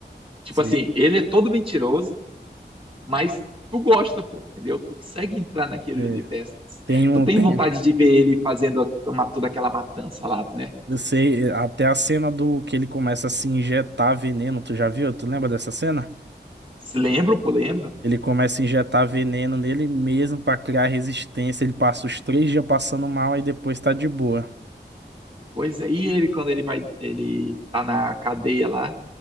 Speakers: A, on the right; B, on the right.
A: Tipo
B: Sei.
A: assim, ele é todo mentiroso, mas tu gosta, pô, entendeu? Tu consegue entrar naquele
B: É.
A: universo.
B: Tem um
A: Tu tem
B: tem
A: vontade de ver ele fazendo a- uma, toda aquela matança lá, né?
B: Eu sei, eh, até a cena do que ele começa a se injetar veneno, tu já viu? Tu lembra dessa cena?
A: Se lembro, pô, lembro.
B: Ele começa a injetar veneno nele mesmo pra criar resistência. Ele passa os três dias passando mal e depois tá de boa.
A: Pois é, e ele quando ele vai, ele tá na cadeia lá,